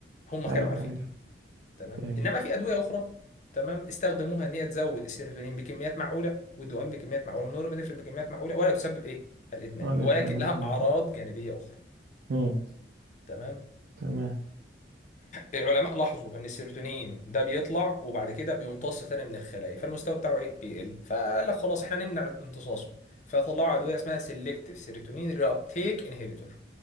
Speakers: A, on the left (about 40°); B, on the right (about 75°).
A: هم
B: ايوه
A: كانوا عارفين
B: ايوه
A: تمام
B: فهمت
A: انما في ادويه اخرى تمام استخدموها ان هي تزود السيروتونين بكميات معقوله والدوبامين بكميات معقوله والنورابينفرين بكميات معقوله ولا تسبب ايه الادمان
B: ولا
A: ولكن
B: ادمان ولا
A: لها
B: ادمان
A: اعراض
B: إدمان.
A: جانبيه اخرى
B: مم.
A: تمام
B: تمام
A: العلماء لاحظوا ان السيروتونين ده بيطلع وبعد كده بيمتص تاني من الخلايا فالمستوى بتاعه ايه بيقل فقال لك خلاص احنا نمنع امتصاصه فطلعوا ادويه اسمها سيلكتيف سيروتونين ري ابتيك انهيبيتور